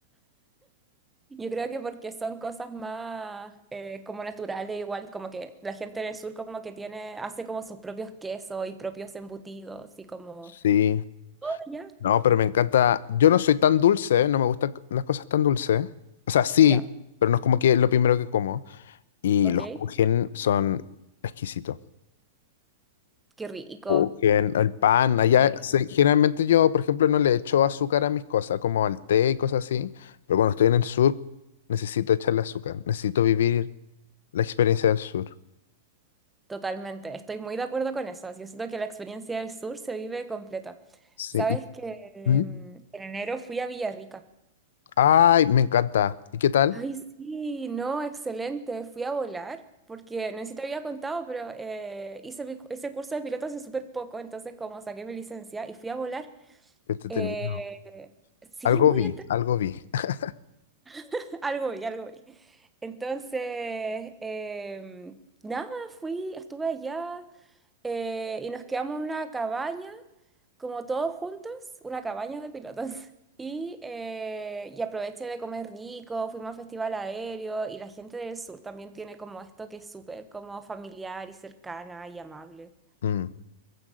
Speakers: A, in the centre; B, on the left (about 70°).
A: Yo creo que porque son cosas más eh, como naturales, igual como que la gente en el sur como que tiene, hace como sus propios quesos y propios embutidos y como,
B: Sí,
A: "Ah, ya,
B: no, pero me encanta, yo no soy tan dulce, no me gustan c- las cosas tan dulces. O sea, sí,
A: ya,
B: pero no es como que es lo primero que como. Y
A: ok,
B: los kuchen son exquisitos.
A: qué rico.
B: Oh, el pan, allá,
A: Eh,
B: se- generalmente yo, por ejemplo, no le echo azúcar a mis cosas, como al té y cosas así, pero cuando estoy en el sur, necesito echarle azúcar, necesito vivir la experiencia del sur.
A: totalmente, estoy muy de acuerdo con eso. Yo siento que la experiencia del sur se vive completa.
B: Sí.
A: Sabes
B: y-
A: que em,
B: ¿Mm?
A: en enero fui a Villarrica.
B: Ay, me encanta. ¿Y qué tal?
A: Ay, sí, no, excelente. Fui a volar porque no sé si te había contado, pero eh, hice mi- ese curso de piloto hace súper poco, entonces como saqué mi licencia y fui a volar.
B: Qué Entretenido.
A: eh, sí,
B: Algo
A: muy
B: vi,
A: entre...
B: algo vi. <laughs>
A: <laughs> algo vi, algo vi. Entonces, em, nada, fui, estuve allá eh, y nos quedamos en una cabaña, como todos juntos, una cabaña de pilotos. <laughs> Y, eh, y aproveché de comer rico, fuimos al festival aéreo y la gente del sur también tiene como esto que es súper como familiar y cercana y amable.
B: Mm,